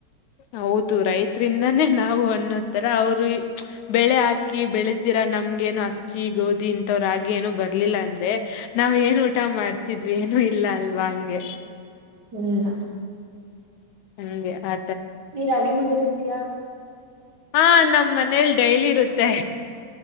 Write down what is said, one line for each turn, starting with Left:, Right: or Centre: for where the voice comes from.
Left: ಹೌದು, ರೈತರಿಂದಾನೇ ನಾವು ಅನ್ನೋತ್ತರ ಅವರು ಬೆಳೆ ಹಾಕಿ ಬೆಳೆ ಹಿಂಗಂತೀರಾ <unintelligible> ನಮಗೇನು ಅಕ್ಕಿ, ಗೋಧಿ, ಇಂಥವ ಏನು ಬರ್ಲಿಲ್ಲ ಅಂದ್ರೆ ನಾವ್ ಏನ್ ಊಟ ಮಾಡ್ತಿದ್ವಿ, ಏನು ಇಲ್ಲ ಅಲ್ವಾ ಹಂಗೆ.
Right: ಇಲ್ಲ
Left: ಹಗೆ ಆ
Right: ನೀ ರಾಗಿ ಮುದ್ದೆ ತಿಂತೀಯಾ.
Left: ಹಾ ನಮ್ ಮನೇಲಿ ಡೈಲಿ ಇರುತ್ತೆ.